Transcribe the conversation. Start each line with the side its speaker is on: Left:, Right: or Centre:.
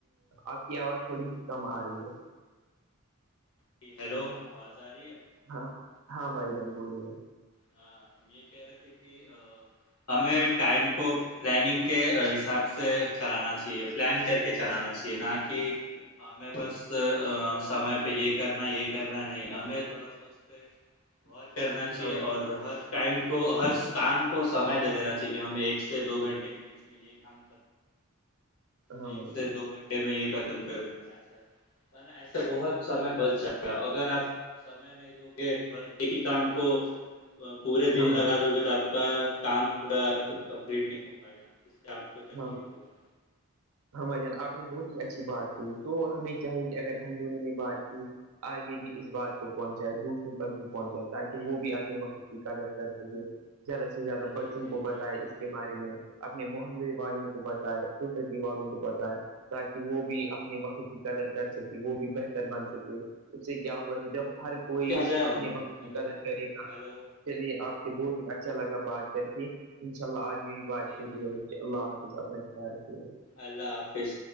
Right: آپ کی آواز تھوڑی سی کم آ رہی ہے
Left: جی ہیلو آواز آ رہی ہے
Right: ہاں ہاں بھائی جان بولیے
Left: ہاں ہم یہ کہہ رہے تھے کہ ہمیں ٹائم کو پلاننگ کے حساب سے چلانا چاہیے پلان کر کے چلانا چاہیے نا کی ہمیں بس سمے پہ یہ کرنا ہے یہ کرنا ھی نہیں ہمیں تھوڑا سا اسپ غور کرنا چاہیے
Right: ہاں بھائی
Left: اور ہر ٹائم کو ہر کام کو سمے دے دینا چاہیے ہمیں ایک سے دو گھنٹے کے بیچ میں یہی کام
Right: ہاں بھائی
Left: ایک سے
Right: جان
Left: دو گھنٹے میں یہ ختم کر دینا ہے ایسا ہے نا ایسے بہت سمے بچ جائے گا اگر آپ میں نے کہھر ایک ہی کام کو پورے دن
Right: ہاں بھائی
Left: لگا دو گے تو آپ کا کام پورا کمپلیٹ نہیں ہو پائے گا اس سے آپ کو
Right: <inaudible>
Left: تکلیف ہوگا
Right: ہاں بھائی جان آپ نے بہت ہی اچھی بات کی تو ہمیں چاہے کہ اگر ہم دونوں نے بات کی آگے بھی اس بات کو پہنچائے دوسروں تک بھی پہنچائے تاکہ وہ بھی اپنے وقت کی قدر کر سکے زیادہ سے زیادہ بچوں
Left: جی جی
Right: کو بتائے
Left: جی بھائی
Right: اس
Left: جان
Right: کے بارے میں اپنے محے والوں کو بتائے سوسائٹی والوں کو بتائے تاکہ وہ بھی اپنے وقت کی قدر کر سکے وہ بھی بہتر بن سکے اس سے کیا ہوگا کہ جب ہر کوئی
Left: ٹھیک ہے بھائی جان
Right: اپنے وقت کی
Left: ہیلو
Right: قدر کرے گا
Left: ہیلو
Right: چلیے آپ سے بہت ہی اچھا لگا بات کر کے ان شاء اللہ آگے بھی بات
Left: ٹھیک
Right: ہوتی
Left: ہے
Right: رہی اللہ حافظ اپنا خیال کیاے
Left: اللہ حافظ